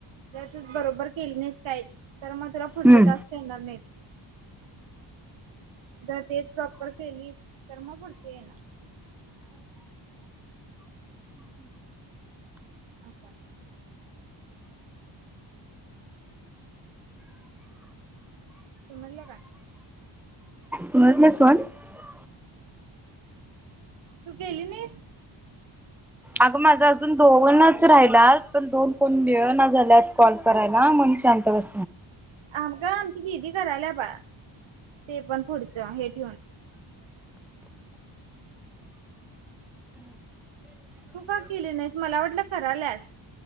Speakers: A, on the right (about 70°); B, in the centre.
A: जर तू बरोबर केली नाइस काइच तर मग तुला पुढचे
B: हम्म
A: टास्क येणार नाइत. जर तेच प्रॉपर केलीस तर म पुढचे येणार. अ का तू म्हणल काय?
B: तु म मिसवन <unintelligible>
A: तू गेली नाइस?
B: अगं माझा अजून दोनच राहिल्यात पण दोन कोण मिळना झाल्यात कॉल करायला म्ह शांत बस
A: आमग आमची दिदी कराला बाळ, ते पण पुढचं हे ठेवून तू का केली नाइस? मला वाटलं करायलस.